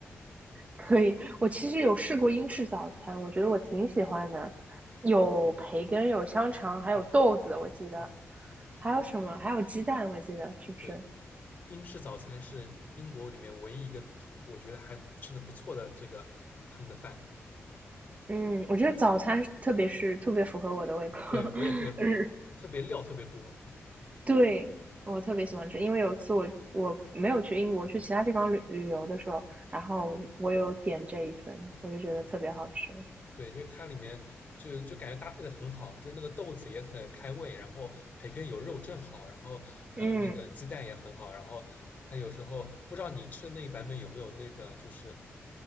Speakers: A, on the right; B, on the left.
A: 可以，我其实有试过英式早餐，我觉得我挺喜欢的，有培根，有香肠，还有豆子，
B: 嗯
A: 我记得，
B: 嗯嗯，
A: 还有什么？还有鸡蛋，我记得是不是？
B: 对，就英式早餐是英国里面唯一一个我觉得还吃的不错的这个他们的饭。嗯，
A: 嗯，我觉得早餐特别是特别符合我的胃口，
B: 对，我也特别服，
A: <laughs> 日，
B: 我特别料特别多。嗯。
A: 对，我特别喜欢吃，因为有一次我我没有去英国，去其他地方旅旅游的时候，然后我有点这一份，我就觉得特别好吃。
B: 对，就是它里面就就感觉搭配的很好，就是那个豆子也很开胃，然后培根有肉正好，然后还有那个鸡蛋也很好，
A: 嗯，
B: 然后它有时候不知道你吃的那一版本有没有那个就是